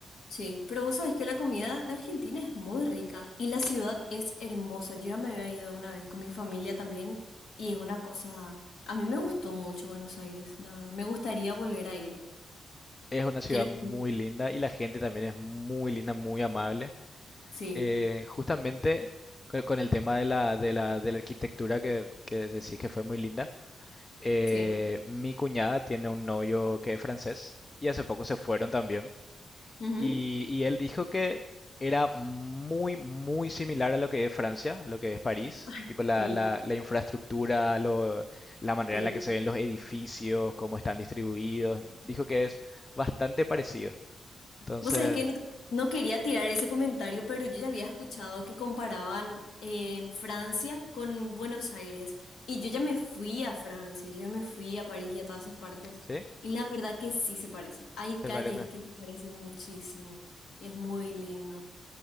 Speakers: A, on the left; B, on the left.
A: Sí, pero vos sabés que la comida de Argentina es muy rica y la ciudad es hermosa. Yo ya me había ido una vez con mi familia también y es una cosa... A mí me gustó mucho Buenos Aires, la verdad. Me gustaría volver a ir.
B: Es una ciudad
A: Quiero...
B: muy linda y la gente también es muy linda, muy amable.
A: Sí,
B: Eh, justamente con, con el tema de la, de la, de la arquitectura que, que decís que fue muy linda, eh,
A: sí.
B: mi cuñada tiene un novio que es francés y hace poco se fueron también.
A: Ujú.
B: Y, y él dijo que era muy, muy similar a lo que es Francia, lo que es París.
A: Ay,
B: Tipo la,
A: sí.
B: la, la infraestructura, lo- la manera
A: Sí.
B: en la que se ven los edificios, cómo están distribuidos. Dijo que es bastante parecido. Entonces,
A: Vos sabés que no, no quería tirar ese comentario, pero yo ya había escuchado que comparaban eh, Francia con Buenos Aires. Y yo ya me fui a Francia, yo ya me fui a París y a todas esas partes.
B: ¿sí?
A: Y la verdad que sí se parece. Hay
B: ¿Te
A: calles
B: parece?
A: que se parecen muchísimo. Y es muy lindo.